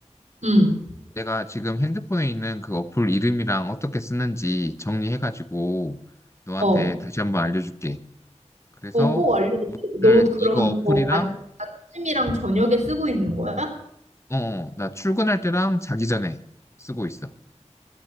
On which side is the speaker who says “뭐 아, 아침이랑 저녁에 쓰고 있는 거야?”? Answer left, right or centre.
Right